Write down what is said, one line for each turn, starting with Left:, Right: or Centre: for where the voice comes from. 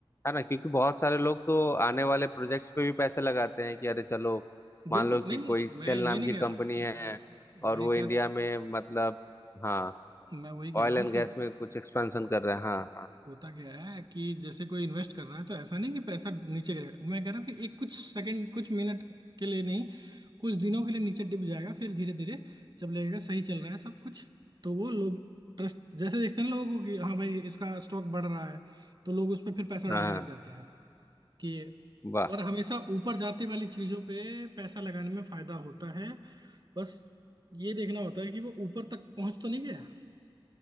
Left: है ना क्योंकि बहुत सारे लोग तो आने वाले प्रोजेक्ट्स पे भी पैसे लगाते हैं कि अरे चलो मान
Right: बिल्कुल
Left: लो कि
Right: नहीं नहीं
Left: कोई सेल
Right: मैं ये
Left: नाम
Right: नहीं
Left: की
Right: कह
Left: कंपनी
Right: रहा हूँ।
Left: है और
Right: मैं
Left: वो
Right: क्या
Left: इंडिया में मतलब हाँ
Right: मैं वही कह
Left: ऑयल
Right: रहा
Left: एंड
Right: हूँ कि
Left: गैस में कुछ एक्सपेंशन कर रहे हैं हाँ हाँ
Right: होता क्या है कि जैसे कोई इन्वेस्ट कर रहा है तो ऐसा नहीं कि पैसा नीचे गिरेगा मैं कह रहा हूँ कि एक कुछ सेकंड कुछ मिनट के लिए नहीं कुछ दिनों के लिए नीचे डिप जाएगा फिर धीरे धीरे जब लगेगा सही चल रहा है सब कुछ तो वो लोग ट्रस्ट जैसे देखते हैं ना लोगों को कि हाँ भाई इसका स्टॉक बढ़ रहा है तो लोग उस पर फिर पैसा डालने
Left: हाँ हाँ,
Right: लग जाते हैं कि
Left: वाह
Right: और हमेशा ऊपर जाते वाली चीजों पे पैसा लगाने में फायदा होता है बस ये देखना होता है कि वो ऊपर तक पहुंच तो नहीं गया